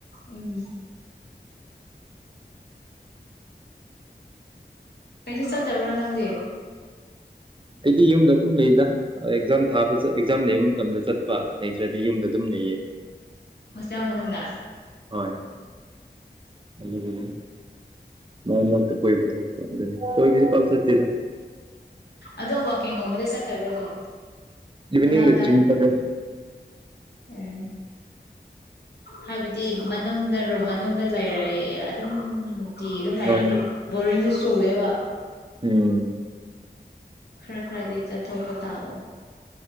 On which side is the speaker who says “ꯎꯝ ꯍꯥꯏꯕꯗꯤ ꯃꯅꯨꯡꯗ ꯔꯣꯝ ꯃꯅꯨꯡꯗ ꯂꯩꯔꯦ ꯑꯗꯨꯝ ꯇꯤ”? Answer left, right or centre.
Left